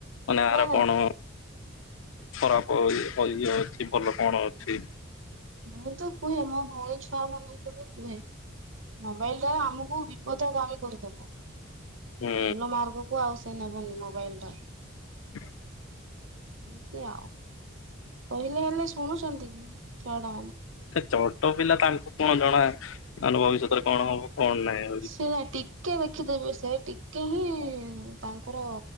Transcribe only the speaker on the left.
ମାନେ ଆହାର
କଣ ଖରାପ ଇଏ ଅଛି ଭଲ କଣ ଅଛି
ହୁଁ
<inaudible>
ଛୋଟ ପିଲା ତାଙ୍କୁ କଣ ଜଣା ତାାନେ ଭବିଷ୍ୟତରେ କଣ ହବ କଣ ନାହିଁଉ